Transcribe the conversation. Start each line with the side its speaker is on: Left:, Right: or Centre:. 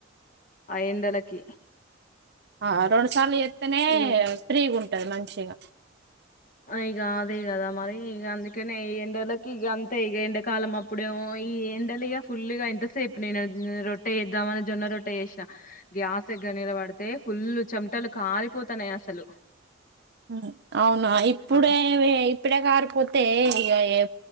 Left: ఆ ఎండలకి
Right: ఆ రెండుసార్లు చేత్తనే
Left: ఇక
Right: ఫ్రీగుంట తమాం చేయగా
Left: ఇక అదే కదా మరి ఇక అందుకనే ఈ ఎండలకి ఇక అంతే ఇ ఎంకాలం అప్పుడేమో ఈ ఎండలుగా ఫుల్గా ఎంతసేపు నేను రొట్టె చేద్దామని జొన్న రొట్టె చేసిన గ్యాస్ దగ్గర నిలబడితే ఫుల్ చెమటలు కారిపోతాన్నాయి అసలు
Right: హ అవునా ఇప్పుడేవి
Left: ఆ
Right: ఇప్పుడే కారిపోతే ఇక ఏ